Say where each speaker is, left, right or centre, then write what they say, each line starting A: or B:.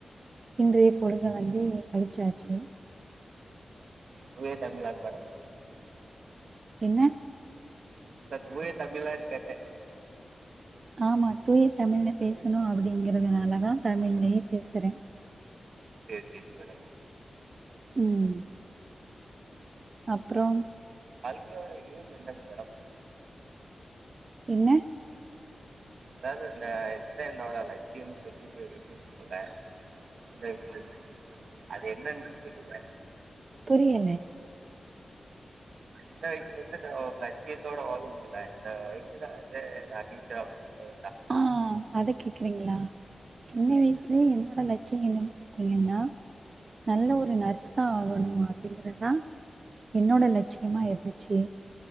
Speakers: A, on the right; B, on the right.
A: இன்றைய பொழுத வந்து கழிச்சாச்சு
B: தூய தமிழாங் மேடம்
A: என்ன?
B: இல்ல தூய தமிழானு கேட்ட
A: ஆமா தூய தமிழ்ல பேசணு அப்படிங்கறதுனால தா தமிழ்லயே பேசுறேன்
B: செரி செரி வர
A: உம் அப்ரோ
B: துர்காவோட ஏய்ம் என்னங் மேடம்
A: என்ன?
B: அதாவது இந்த இதுதான் என்னோட லட்சியம்னு சொல்லிட்டு வச்சுருப்போம்ல சின்ன வயசுல இருந்து அத என்னென்ட்டு சொல்லுவ
A: புரியலே
B: சின்ன வயசுல இருந்து தோ ஒரு லட்சியத்தோட வாழ்வோம்ல இந்த வயசுல வந்து நா டீச்சராவபோற
A: ஆஹ் அத கேக்குறீங்களா சின்ன வயசு லயே என்னோட லட்சியம் என்னன்னு பாத்தீங்கன்னா நல்ல ஒரு நர்ஸா ஆகணும் அப்டிங்கறதா என்னோட லட்சியமா இருந்துச்சு